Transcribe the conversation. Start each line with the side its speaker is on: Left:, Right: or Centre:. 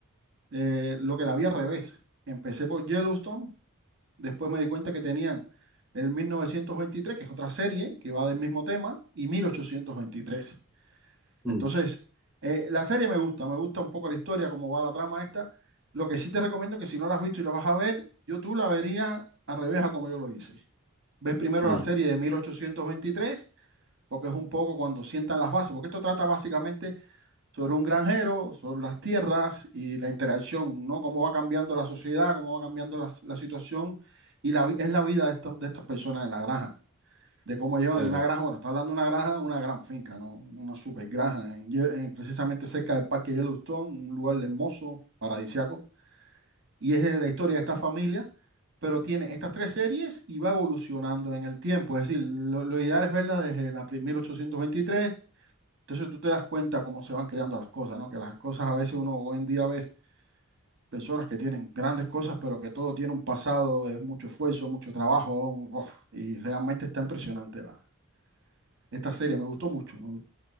Right: Eh, lo que la vi al revés. Empecé por Yellowstone Después me di cuenta que tenían el 1923 que es otra serie que va del mismo tema, y mil ochocientos veintitrés
Centre: Mm,
Right: Entonces, eh, la serie me gusta, me gusta un poco la historia, cómo va la trama esta. Lo que sí te recomiendo que si no la has visto y la vas a ver, yo tú la verías al revés a como yo lo hice. Ves primero
Centre: mm,
Right: la serie de 1823 porque es un poco cuando sientan las bases, porque esto trata básicamente sobre un granjero, sobre las tierras y la interacción, ¿no? Cómo va cambiando la sociedad, cómo va cambiando la, la situación y la, vi- es la vida de, estos- de estas personas en la granja, de cómo llevan
Centre: claro,
Right: una granja, bueno, está hablando de una granja, una gran finca, ¿no? Una super granja, en Ye- en- precisamente cerca del Parque Yellowstone, un lugar hermoso, paradisiaco, y es de la historia de esta familia, pero tiene estas tres series y va evolucionando en el tiempo, es decir, lo, lo ideal es verla desde la pri- mil ochocientos veintitrés entonces tú te das cuenta cómo se van creando las cosas, ¿no? Que las cosas a veces uno hoy en día ve personas que tienen grandes cosas, pero que todo tiene un pasado, es mucho esfuerzo, mucho trabajo, uf, y realmente está impresionante la, esta serie. Me gustó mucho, me, gu-